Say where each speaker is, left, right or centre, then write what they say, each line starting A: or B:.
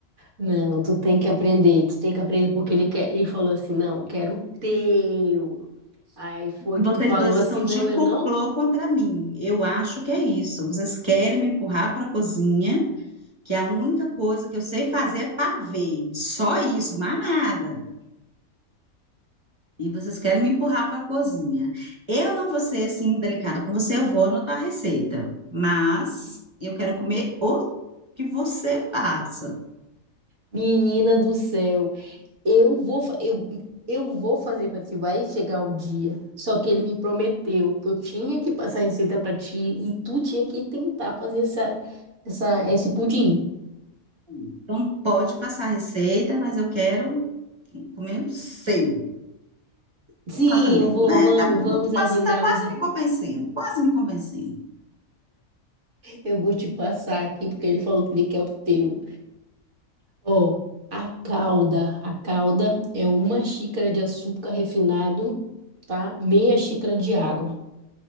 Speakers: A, on the right; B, on the right.
A: Não, tu tem que aprender, tu tem que aprender porque ele quer, ele falou assim, não, quero o teu. Aí foi que
B: Vocês
A: tu falou
B: dois
A: assim,
B: estão
A: não,
B: de
A: eu
B: complô
A: não.
B: contra mim. Eu acho que é isso. Vocês querem me empurrar para a cozinha, que a única coisa que eu sei fazer é pavê. Só isso, mais nada. E vocês querem me empurrar para a cozinha. Eu não vou ser assim delicada com você, eu vou anotar a receita. Mas eu quero comer o que você faça.
A: Menina do céu. Eu vou, fa- eu, eu vou fazer pra ti, vai chegar o dia. Só que ele me prometeu que eu tinha que passar a receita pra ti e tu tinha que tentar fazer essa, essa, esse pudim.
B: Então pode passar a receita, mas eu quero comer o seu.
A: Sim,
B: Ela também,
A: eu vou,
B: né?
A: vamos,
B: Tá bom.
A: vamos
B: Eu tô quase,
A: agendar,
B: você tá quase
A: mas <laughs> eu
B: me convencendo, quase me convencendo.
A: eu vou te passar aqui porque ele falou que ele quer o teu. Ó, a calda, a calda é uma xícara de açúcar refinado, tá? Meia xícara de água.